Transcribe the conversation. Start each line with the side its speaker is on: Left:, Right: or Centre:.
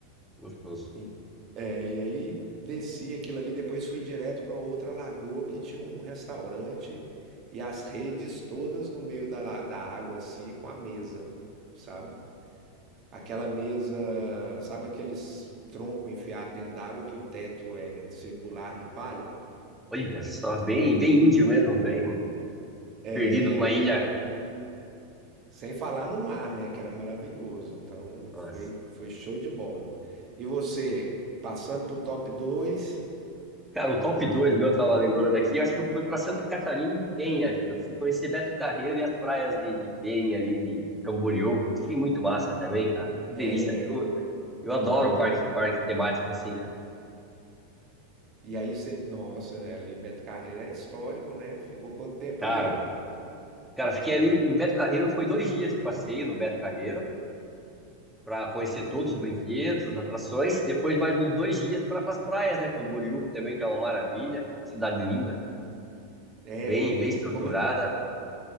Centre: Gostoso.
Right: E, é, e aí desci aquilo ali, depois fui direto para outra lagoa que tinha um restaurante e as redes todas no meio da, la- da água, assim, com a mesa, sabe? Aquela mesa, sabe aqueles tronco enfiado dentro d'água que o teto é circular de palha?
Centre: Olha só. Bem, bem índio mesmo, bem
Right: É,
Centre: perdido numa ilha.
Right: sem falar no mar, né? Que era maravilhoso. Então
Centre: Nossa.
Right: foi, foi show de bola. E você, passando pro top dois
Centre: Cara, o top 2 meu, eu tava lembrando aqui, acho que foi pra Santa Catarina em Penha, cara. Eu fui conhecer Beto Carreiro e as praias de, de Penha ali, de Camboriú. Achei muito massa também, cara. Que delícia.
Right: é
Centre: Eu, eu adoro parque, parque temático assim, cara.
Right: E aí você. Nossa, ali Beto Carreiro é histórico, né? Ficou quanto tempo
Centre: Cara,
Right: ali?
Centre: cara, fiquei ali em Beto Carreiro, foi dois dias de passeio no Beto Carreiro, pra conhecer todos
Right: Hum,
Centre: os brinquedos, as atrações. Depois mais uns dois dias para as praias, né? Camboriú também, que é uma maravilha. Cidade linda,
Right: é.
Centre: bem, bem estruturada.
Right: E como é.